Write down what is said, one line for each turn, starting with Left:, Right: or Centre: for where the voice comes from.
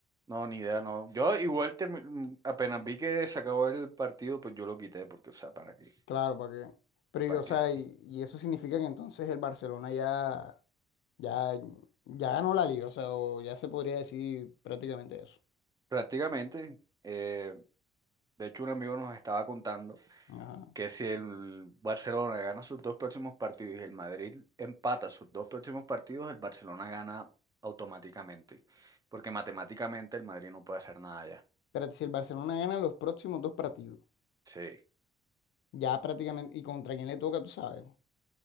Right: no, ni idea, no. Yo igual termi- mm, apenas vi que se acabó el partido, pues yo lo quité, porque, o sea, ¿para qué?
Left: Claro, ¿para qué? Pero, y,
Right: ¿Para
Left: o sea,
Right: qué?
Left: y, y eso significa que entonces el Barcelona ya, ya, ya ganó la liga, o sea, o ya se podría decir prácticamente eso.
Right: Prácticamente. eh, De hecho, un amigo nos estaba contando
Left: Ajá.
Right: que si el Barcelona gana sus dos próximos partidos y el Madrid empata sus dos próximos partidos, el Barcelona gana automáticamente, porque matemáticamente el Madrid no puede hacer nada ya.
Left: Pero si el Barcelona gana los próximos dos partidos,
Right: Sí.
Left: ya prácticamente, ¿y contra quién le toca, tú sabes?